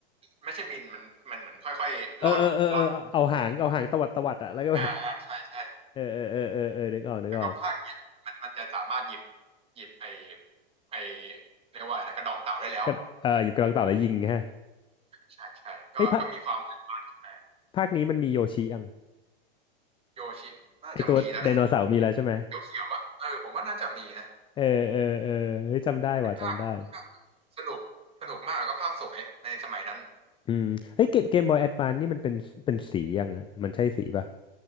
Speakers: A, on the right; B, on the left.
A: ไม่ใช่บินมันมันเหมือนค่อยๆล่อนล่อน
B: เออเออเออเออเอาหางเอาหางตวัดตวัดอะแล้วก็แบบ
A: อ่าอ่าใช่ใช่
B: เออเออเออเออเออนึกออกนึกออก
A: แล้วก็ภาคเนี้ยมันมันจะสามารถหยิบหยิบไอไอเรียกว่าอะไรนะกระดองเต่าได้แล้ว
B: ก็เออหยิบกระรอกเต่าแล้วยิงฮะ
A: ใช่ใช่ก็ก็มีความแตกต่าง
B: ไอ้ยภาคภาคนี้มันมีโยชิยัง
A: โยชิน่าจะมีแล้วนะ
B: ไอ้ตัวไดโนเสาร์มีแล้วใช่ไหม
A: เขียวเขียวอะเออผมว่าน่าจะมีนะ
B: เออเออเออเฮ้ยจำได้ว่ะจำได้
A: ภาพภาพสนุก สนุกมากแล้วก็ภาพสวยในสมัยนั้น
B: อืมเฮ้ยเกมเกมบอยแอดวานนี่มันเป็นเป็นสียังอะมันใช่สีป่ะ